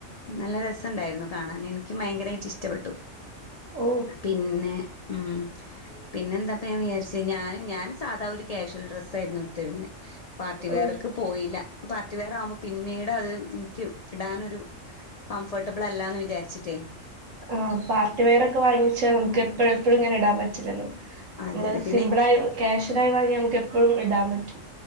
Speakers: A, on the left; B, on the right.
A: നല്ല രസംണ്ടായിരുന്നു കാണാൻ എനിക്കും ഭയങ്കരമായിട്ട് ഇഷ്ടപ്പെട്ടു
B: ഓ
A: പിന്നെ ഉം പിന്നെ എന്താപ്പം ഞാൻ വിചാരിച്ച ഞാൻ ഞാൻ സാധാ ഒരു കഷ്വാൽ ഡ്രസ്സായിരുന്നു കൊടുത്തിരുന്നത് പാർട്ടി
B: ഓ
A: വെയർക്ക് പോയില്ല പാർട്ടി വെയർ ആകുമ്പ പിന്നീട് അത് എനിക്ക് ഇടാനൊരു കംഫോർട്ടബിൾ അല്ലാന്ന് വിചാരിച്ചിട്ടേ
B: ആഹ് പാർട്ടി വെയർ ഒക്കെ വാങ്ങിച്ചാ നമക്ക് എപ്പഴ എപ്പഴും ഇങ്ങനെ ഇടാൻ പറ്റില്ലല്ലോ നമ്മള്
A: അതെ അതെ പിന്നെ
B: സിമ്പിളായി ക്യാഷ്യനായി വങ്ങ നമുക്ക് എപ്പോഴും ഇടാൻ പറ്റും